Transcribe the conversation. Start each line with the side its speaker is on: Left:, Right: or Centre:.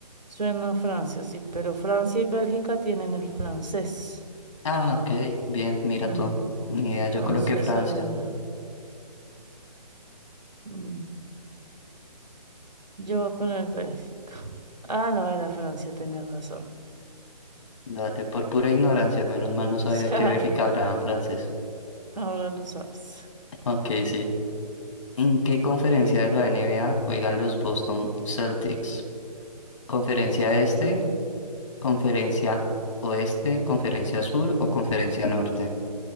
Right: Suena a Francia, sí, pero Francia y Bélgica tienen el francés.
Left: Ah, ok, bien, mira
Right: Mm,
Left: tú. Ni idea,
Right: Entonces,
Left: yo coloqué Francia.
Right: a ver, mm, yo voy a poner Bélgica. Ah, no, era Francia, tenés razón.
Left: Dale, por pura ignorancia, menos mal no sabía
Right: <laughs> O sea,
Left: que Bélgica hablaban francés. <laughs>
Right: ahora lo sabes.
Left: Ok, sí. ¿En qué conferencia de la NBA juegan los Boston Celtics? ¿Conferencia este, conferencia oeste, conferencia sur o conferencia norte?